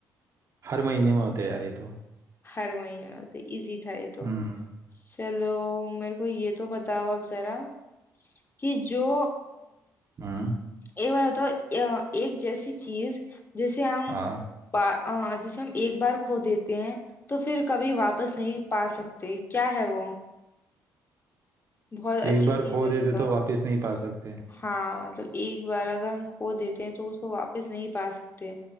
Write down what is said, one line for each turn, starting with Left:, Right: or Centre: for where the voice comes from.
Right: हर महीने में होते हैं यार ये तो
Left: हर महीने में होते इजी था ये तो
Right: हम्म
Left: चलो मेरे को ये तो बताओ आप जरा कि जो
Right: हम्म
Left: एक बार बताओ अ, एक जैसी चीज जिसे हम
Right: हाँ
Left: बा- अ, जिसे हम एक बार खो देते हैं तो फिर कभी वापस नहीं पा सकते क्या है वो बहुत अच्छी
Right: एक बार
Left: चीज
Right: खो
Left: है
Right: देते
Left: ये तो
Right: तो वापस नहीं पा सकते
Left: हाँ मतलब एक बार अगर हम खो देते हैं तो उसको वापस नहीं पा सकते